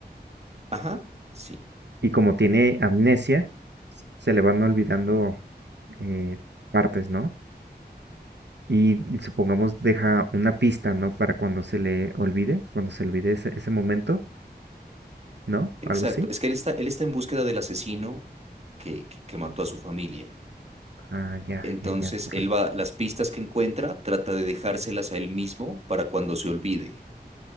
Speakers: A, on the right (about 40°); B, on the right (about 85°).
A: Ajá, sí.
B: Y como tiene amnesia, se le van olvidando eh, partes, ¿no? Y supongamos deja una pista, ¿no? Para cuando se le olvide, cuando se olvide ese, ese momento, ¿no?
A: Exacto,
B: Algo así.
A: es que él está, él está en búsqueda del asesino que, que, que mató a su familia.
B: Ah, ya,
A: Entonces,
B: ya, ya, correcto.
A: él va, las pistas que encuentra, trata de dejárselas a él mismo para cuando se olvide.